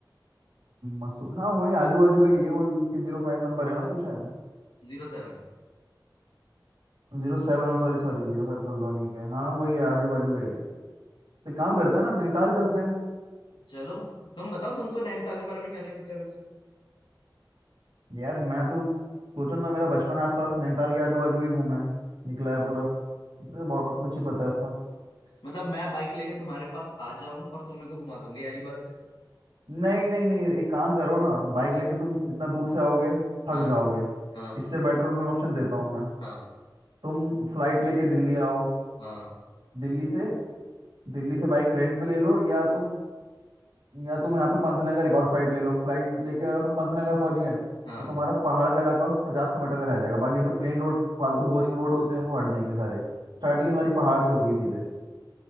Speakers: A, on the right; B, on the left.
A: मसूर हाँ वही आजू बाजू का ही है वो यूके जीरो फाइव नंबर है ना उसका शायद
B: Zero seven
A: जीरो सेवन हाँ सॉरी सॉरी जीरो फाइव तो हल्द्वानी का है हाँ वही है आजू बाजू का ही है तो एक काम करते हैं ना नैनीताल चलते हैं
B: चलो तुम बताओ तुमको नैनीताल के बारे में क्या क्या पता है वैसे
A: यार मैं तो सोचो ना मेरा बचपन आसपास नैनीताल के आजू बाजू ही घूमा है निकला है पूरा मुझे तो बहुत कुछ ही पता है उसका
B: मतलब मैं बाइक लेके तुम्हारे पास आ जाऊं और तुम मेरे को घुमा दोगे ये वाली बात है
A: नहीं नहीं नहीं एक काम करो ना बाइक
B: हाँ
A: लेके तुम इतना दूर से आओगे थक
B: हाँ
A: जाओगे
B: हाँ
A: इससे बेटर तुम्हें ऑप्शन देता हूँ मैं
B: हाँ
A: तुम फ्लाइट लेके दिल्ली आओ
B: हाँ
A: दिल्ली से दिल्ली से बाइक रेंट पे ले लो या तुम या तुम यहाँ पे पंतनगर एक और फ्लाइट ले लो फ्लाइट लेके अगर तुम पंतनगर पहुंच गए
B: हाँ
A: तो तुम्हारा पहाड़ का इलाका पचास किलोमीटर का रह जाएगा बाकी जो प्लेन रोड फालतू बोरिंग रोड होते
B: हम्म,
A: हैं वो हट जाएंगे सारे स्टार्टिंग
B: हम्म।
A: तुम्हारी पहाड़ से होगी सीधे